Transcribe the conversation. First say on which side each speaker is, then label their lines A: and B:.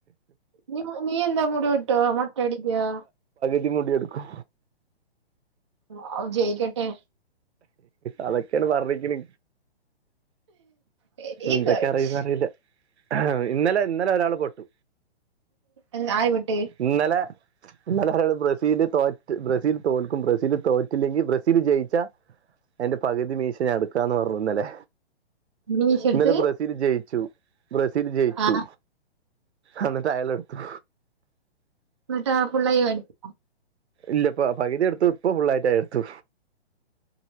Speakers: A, on the right; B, on the right.
A: നി നീയെന്നാ മുടിവെട്ടുവോ മൊട്ട അടിക്യോ
B: ഇതിരിമുടിയെടുക്കും
A: വാഔ ജയ്ക്കട്ടെ
B: അതൊക്കെയാണ് പറഞ്ഞിക്ക്ന്
A: വെരി
B: എന്തൊക്കെ
A: ഗുഡ്
B: അറിയുംന്നറിയില്ല ഇന്നലെ ഇന്നലെ ഒരാൾ പെട്ടു
A: എന്താ ആര് വെട്ട്
B: ഇന്നലെ ഇന്നലൊരാള് ബ്രസീല് തോറ്റ് ബ്രസീൽ തോൽക്കും ബ്രസീല് തോറ്റ് റ്റില്ലെങ്കി ബ്രസീൽ ജയിച്ച എന്റെ പകുതി മീശ ഞാനെടുക്കാന്ന് പറഞ്ഞുന്നല്ലേ
A: നീ മീശ എടുത്ത്
B: ഇന്നലെ ബ്രസീൽ ജയിച്ചു ബ്രസീൽ ജയിച്ചു
A: ആ
B: അന്നട്ട് അയാളെട്ത്തു
A: എന്നിട്ട ഫുള്ളായി വടിചിലേ
B: ഇല്ല പ്പ പകുതി എടുത്തു ഇപ്പൊ ഫുള്ളായിട്ടായി എടുത്തു